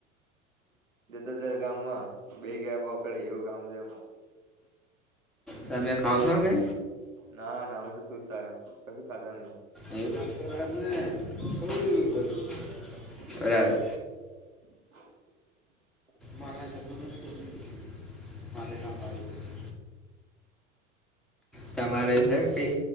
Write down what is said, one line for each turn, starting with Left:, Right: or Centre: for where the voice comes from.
Right: જતોત ગામમાં બે ગયા બોકડી એવું કામ છે, હમ
Centre: તમે ખાવ છો કે
Right: ના ના અમે તો સુ <unintelligible> ખાધા નહી
Centre: એવું આજે રાત ને છોડી દીધું બધું
Right: <inaudible>
Centre: બરાબર.
Right: <inaudible> <inaudible>
Centre: માલના ચક્કરમાં જ છોડી દીધું માલે ના પાડી દીધી તમારે છે, કઈ